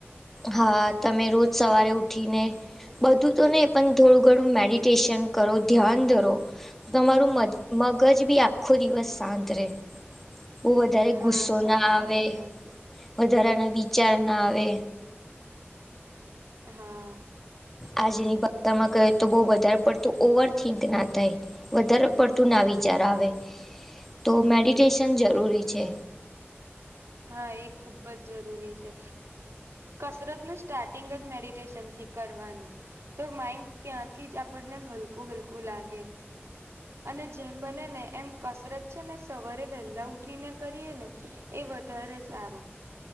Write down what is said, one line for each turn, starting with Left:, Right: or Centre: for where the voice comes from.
Centre: હા તમે રોજ સવારે ઉઠીને બધું તો ને પણ થોડું ઘણું મેડિટેશન કરો ધ્યાન ધરો તમારું મજ મગજ બી આખો દિવસ શાંત રહે. બહું વધારે
Right: હા
Centre: ગુસ્સો
Right: સો
Centre: ના
Right: ટકાની
Centre: આવે,
Right: વાત
Centre: વધારાના વિચાર ના આવે.
Right: હા.
Centre: આજની ભાષામાં કહે તો બહું વધારે પડતું ઓવર થિંક ના થાય. વધારે પડતું ના વિચાર આવે, તો મેડિટેશન જરૂરી છે.
Right: હા એ ખુબ જ જરૂરી છે. કસરત નજ સ્ટાર્ટિંગ જ મેડિટેશન થી કરવાનું. તો માઈન્ડ ત્યાંથી જ આપણને હલકું-હલકું લાગે. અને જેમ બને ને એમ કસરત છે ને સવારે વહેલા ઉઠીને કરીએ ને, એ વધ ધારે સારું.